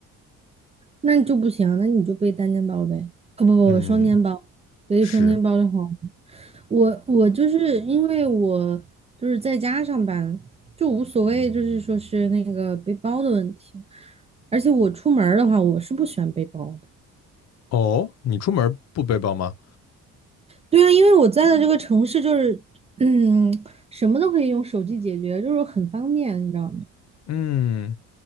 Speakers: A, on the right; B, on the left.
A: 那就不行啊那你就背单肩包呗，哦不不不，
B: 嗯，
A: 双肩包，背双肩包的话，
B: 是。
A: 我我就是因为我就是在家上班，就无所谓，就是说是那个背包的问题。而且我出门儿的话，我是不喜欢背包。的。
B: 哦，你出门不背包吗？
A: 对啊，因为我在的这个城市就是，嗯，什么都可以用手机解决，就是很方便，你知道吗？
B: 嗯，